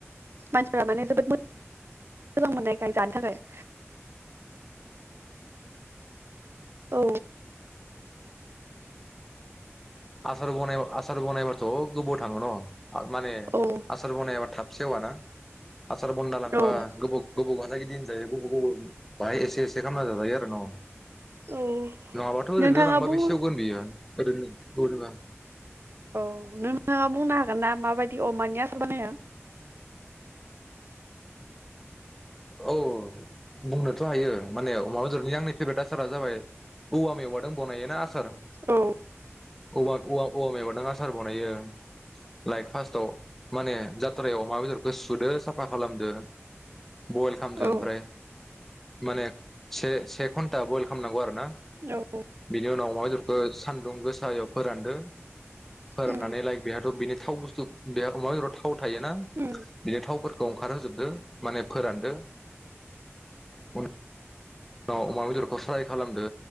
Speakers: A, on the right; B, in the centre.
A: मानसिफोरा माने जोबोद मोजां मोननायखाय जानो थाखाय औ।
B: आसार बनायबा आसार बनायबाथ' गोबाव थाङो न'? माने
A: औ
B: आसार बनायाबा थाब सेवाना? हासार बनायना लांबा
A: औ
B: गोबाव गोबाव लागे दिन बेयो गोबाव गोबाव बाहाय एसे एसे खालामना जाजायो आरो न'?
A: औ
B: नङाबाथ' ओरैनो
A: नोंथाङा
B: लांबा
A: बुं
B: बे सेवगोन बियो। <unintelligible> <unintelligible>
A: औ नोंथाङा बुंनो हागोन ना माबायदि अमानि आसार बानायो?
B: औ बुंनोथ' हायो माने अमा बेदरनि आंनि फेभरेट आसारा जाबाय औवा मेवा दों बनायो ना आस सार
A: औ
B: औवा औवा औवा मेवायदों आस आसार बानायो लाइक फास्टाव माने जात्रायाव अमा बेदरखौ सुदो साफा खालामदो। बइल खामदो
A: औ
B: ओमफ्राय। माने से-से घन्टा बयल खालामनांगौ आरो ना।
A: औ
B: बिनि उनाव आम बे खौ सान्दुं गोसायाव फोरानदो। फोरोंनानै
A: उम
B: लाइक बेहाथ' बिनो थाव बुस्थु बेया आमा बेदराव थाव थोना
A: उम
B: बिनि थाव फोर अंखारहोजोबदो माने फोरानदो उन औ अमा बेदरखौ फ्राय खालामदो